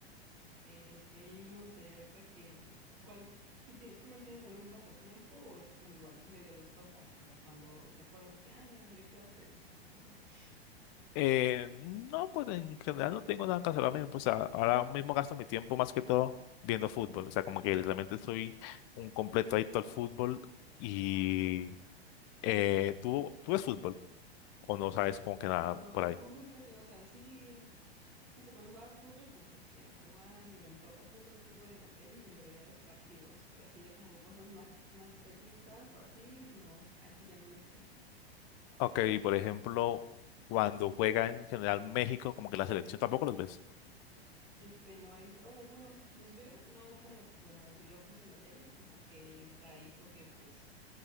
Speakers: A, on the right; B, on the left.
A: ok, ok, yo no sé, ahorita que, ¿cuál, si, te- si mantienes algún pasatiempo o es como igual, medio los tocas, o sea, cuando te acuerdas que, ah, mira, yo puedo hacer esto. <laughs>
B: Eh, no, pues en general no tengo nada que hacer ahora mismo, o sea, ahora mismo gasto mi tiempo más que todo viendo fútbol, o sea, como que realmente soy un completo adicto al fútbol y eh, ¿tú, tú ves fútbol o no sabes como que nada
A: No,
B: por ahí?
A: fútbol casi no sabes, sí llegué O sea, cuando jugaba fútbol, como que sí era como, ah, mira, mi papá puso el fútbol en la tele y medio veía los partidos, pero así ya como cosas más, más técnicas o así, no, así ya no les sé.
B: Ok, por ejemplo, cuando juega en general México, como que la selección tampoco los ves.
A: Este, no hay, o sea, bueno, los veo, no como, como yo puse la tele, sino que está ahí porque, pues,